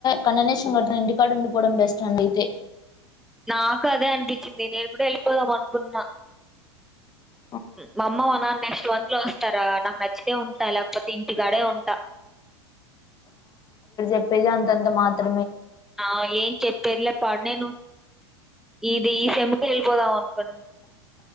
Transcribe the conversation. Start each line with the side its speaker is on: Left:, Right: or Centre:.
Left: కన్న నేసంగర్ ఇంటికాడ ఉండి పోడం బెస్ట్ అండి అయితే
Centre: నాకు అదే అనిపి చ్చింది నేను కూడా వెళ్ళిపోదాం అనుకున్న
Left: అ
Centre: మా అమ్మ మనా నెక్స్ట్ మంత్ లో వస్తారా నాకు న చ్చితే ఉంటా లేకపోతే ఇంటికడే ఉంటా
Left: చెప్పేజంద అంత అంత మాత్ర
Centre: ఆ ఏం చెప్పేది లేపాడు నిను ఇది ఈ సెముకు వెళ్ళిపోదాం అనుకున్న